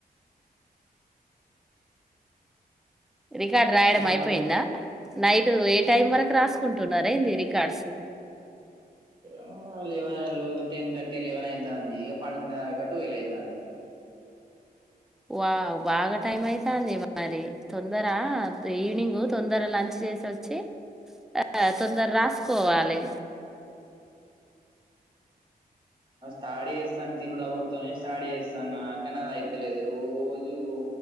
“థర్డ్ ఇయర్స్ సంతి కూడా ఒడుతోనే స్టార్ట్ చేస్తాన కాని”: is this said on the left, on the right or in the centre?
Right